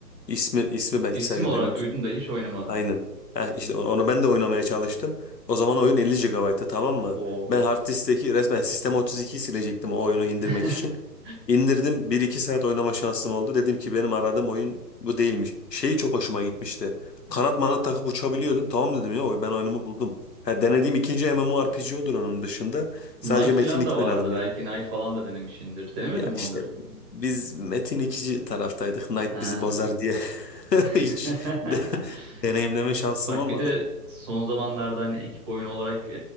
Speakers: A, on the left; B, on the right.
A: İsmi ismi belki
B: İsim
A: sadece
B: olarak
A: duymuşsun.
B: duydum da hiç oynamadım.
A: Aynen. Heh, işte onu onu ben de oynamaya çalıştım. O zaman oyun 50 GB'tı tamam mı?
B: Oo.
A: Ben hard diskteki resmen Sistem 32'yi silecektim o oyunu indirmek
B: <laughs>
A: için. İndirdim bir iki saat oynama şansım oldu. Dedim ki benim aradığım oyun bu değilmiş. Şeyi çok hoşuma gitmişti. Kanat manat takıp uçabiliyordun. Tamam dedim ya ben oyunumu buldum. Ha, denediğim ikinci MMORPG odur onun dışında. Sadece
B: Knight
A: Metin
B: falan
A: 2
B: da vardı.
A: oynadım
B: Belki
A: ya.
B: Knight falan da denemişsindir. Denemedin
A: Ya
B: mi
A: işte
B: onları?
A: biz Metin ikinci taraftaydık. Knight
B: Ha.
A: bizi bozar diye <laughs>
B: <laughs>
A: hiç de- deneyimleme şansım
B: Bak
A: olmadı.
B: bir de son zamanlarda hani ekip oyunu olarak e,